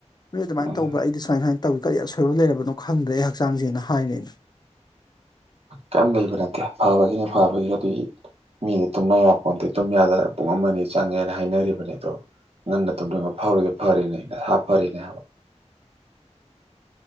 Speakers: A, on the left (about 35°); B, on the right (about 60°).
A: ꯅꯣꯏ ꯑꯗꯨꯃꯥꯏꯅ
B: ꯎꯝ
A: ꯇꯧꯕ꯭ꯔ ꯑꯩꯗꯤ ꯁꯨꯃꯥꯏ ꯁꯨꯃꯥꯏꯅ ꯇꯧꯋꯤ ꯀꯔꯤ ꯑꯁꯣꯏꯕ ꯂꯩꯔꯕꯅꯣ ꯈꯪꯗ꯭ꯔꯦ ꯑꯩ ꯍꯛꯆꯥꯡꯖꯦꯅ ꯍꯥꯏꯅꯦ ꯑꯩꯅ
B: ꯀꯩꯝ ꯂꯩꯕ ꯅꯠꯇꯦ ꯐꯕꯒꯤꯅꯦ ꯐꯕꯒꯤ ꯑꯗꯨꯏ ꯃꯤꯅꯗꯤ ꯇꯨꯝꯅ ꯌꯥꯄꯣꯟꯇꯦ ꯇꯨꯝ ꯌꯥꯗꯅ ꯄꯨꯡ ꯑꯃ ꯑꯅꯤ ꯆꯪꯉꯦꯅ ꯍꯥꯏꯅꯔꯤꯕꯅꯦ ꯑꯗꯣ ꯉꯟꯅ ꯇꯨꯝꯅꯤꯡꯕ ꯐꯥꯎꯔꯤꯗꯣ ꯐꯔꯤꯅꯦ ꯅꯁꯥ ꯐꯔꯤꯅꯦ ꯍꯥꯏꯕ